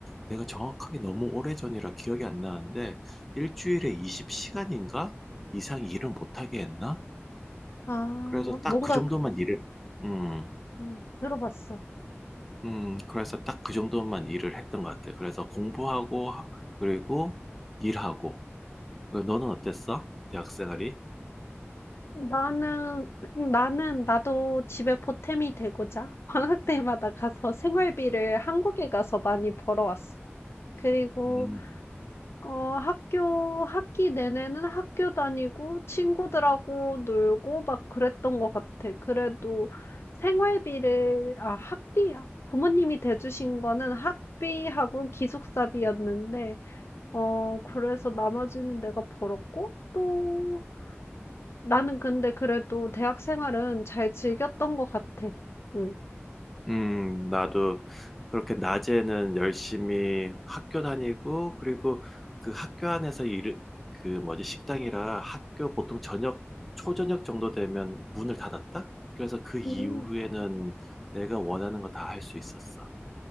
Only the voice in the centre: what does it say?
내가 정확하게 너무 오래전이라 기억이 안 나는데, 일주일에 20시간인가? 이상 일을 못하게 했나?
그래서 딱
그 정도만
일을, 음.
음, 그래서 딱 그 정도만 일을 했던 것 같아. 그래서 공부하고, 하- 그리고 일하고. 어, 너는 어땠어? 대학 생활이?
음,
음, 나도 그렇게 낮에는 열심히 학교 다니고, 그리고 그 학교 안에서 일, 그 뭐지, 식당이라 학교 보통 저녁, 초저녁 정도 되면 문을 닫았다? 그래서 그 이후에는
내가 원하는 거 다 할 수 있었어.